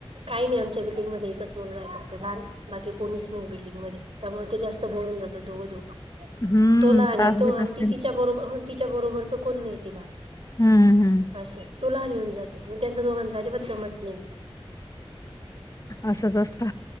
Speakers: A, on the right; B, on the left.
A: काही नाही आमच्या बिल्डिम मध्ये एकच मुलं जाय शकत लहान बाकी कोणीच नाही बिल्डिंग मध्ये त्यामुळे ते जास्त बोर होऊन जात त दोघ-दोघं
B: हम्म
A: तो लहान
B: त्रास
A: आहे तो
B: देत
A: आणि
B: असतील
A: ती तिच्या बरोबर तिच्या बरोबरच कोण नाही तिला
B: हम्ममम-हम्म,
A: असं आहे तो लहान येऊन जातो म त्यांचं दोघांना अजिबात जमत नाही.
B: असंच असतं